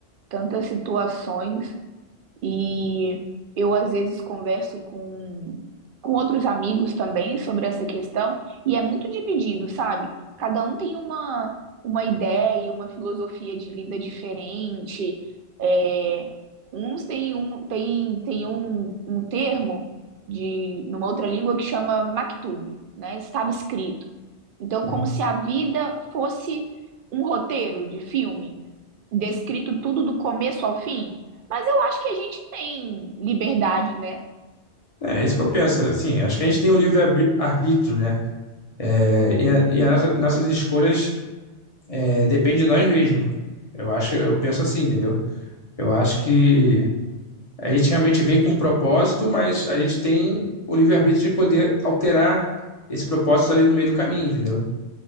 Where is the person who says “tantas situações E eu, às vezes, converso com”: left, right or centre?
Right